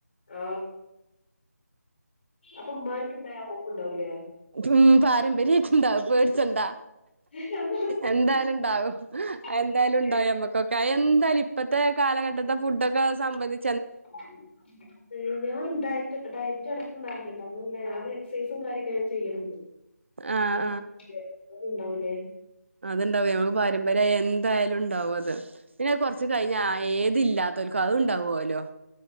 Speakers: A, on the left; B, on the right.
A: ആ അപ്പൊ ഉമ്മാരുക്കൊണ്ടായ അമ്മക്കൊണ്ടാവൂലേ
B: ഉം പാരമ്പര്യായിട്ട് ഇണ്ടാകും പേടിച്ചണ്ടാ
A: <inaudible>
B: എന്തായാലും ഉണ്ടാവും
A: ഉണ്ടാവില്ലേ
B: എന്തായാലും ഉണ്ടായമ്മക്കൊക്കെ അയ് എന്തായാലും ഇപ്പത്തെ കാലഘട്ടത്തെ ഫുഡൊക്കെ സംബന്ധി
A: <inaudible> ഏ ഞാൻ ഡയറ്റ് ഡയറ്റെടക്കണ്ടായിണ്ട് കേട്ടോ അങ്ങനല്ല ഞാന് എക്സൈസും കാര്യൊക്കെ ഞാൻ ചെയ്യണുണ്ട്
B: ആഹ്
A: എന്നാല് എന്നാലൊണ്ടാവൂലേ
B: അതൊണ്ടാവും ഞങ്ങൾക്ക് പാരമ്പര്യായി എന്തായാലും ഉണ്ടാവും അതുപിന്നെ കൊറച്ച് കഴിഞ്ഞ ആ ഏത് ഇല്ലാത്തോൽക്കും അത് ഉണ്ടാവുവോലോ